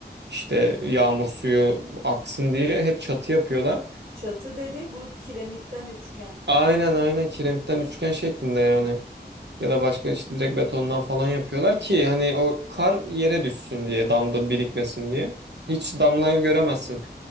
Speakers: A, on the right (about 80°); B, on the right (about 60°).
A: İşte yağmur suyu aksın diye hep çatı yapıyorlar.
B: Çatı dedi bu kiremitten üçgen.
A: Aynen aynen kiremitten üçgen şeklinde yani. Ya da başka işte direkt betondan falan yapıyorlar ki hani o kar yere düşsün diye damda birikmesin diye. Hiç damlayı göremezsin.